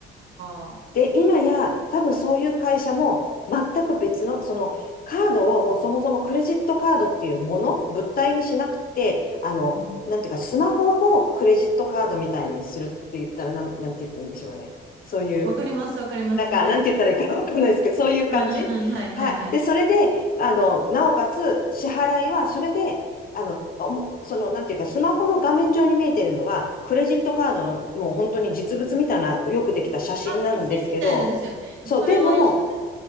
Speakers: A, on the right (about 75°); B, on the left (about 45°).
A: あ。
B: で、今や、多分そういう会社も、全く別の、その、カードをもうそもそもクレジットカードっていうもの、物体にしなくて、あの、
A: うん。
B: なんていうか、スマホをクレジットカードみたいにするって言ったら、なん、なんて言っていいんでしょうね。そういう、
A: わかりますわかります。
B: なんか、
A: 言いたいこと。
B: なんて言ったらいいかわかんないですけど、
A: はい
B: そういう感じ。
A: うんうんうん。はいはいはい。
B: はい。で、それで、あの、なおかつ、支払いは、それで、あの、おもその、なんていうか、スマホの画面上に見えてるのは、クレジットカードの、もう本当に実物みたいな、よくできた写真なんですけど、
A: あ、写真みたいなですよね。
B: そう、
A: それは一緒です。
B: でも、